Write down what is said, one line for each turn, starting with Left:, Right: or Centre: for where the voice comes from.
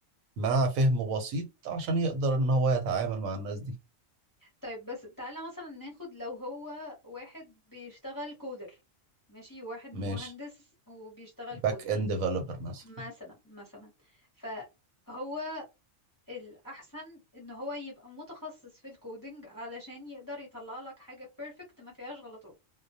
Right: مع فهم بسيط عشان يقدر ان هو يتعامل مع الناس دي
Left: طيب بس تعالى مثلا ناخد لو هو واحد بيشتغل كودر ماشي واحد مهندس
Right: ماشي
Left: وبيشتغل
Right: باك
Left: كودر
Right: اند ديفلوبر مثلا
Left: مثلا مثلا فهو الأحسن إن هو يبقى متخصص في الكودينج علشان يقدر يطلع لك حاجة بيرفكت ما فيهاش غلطات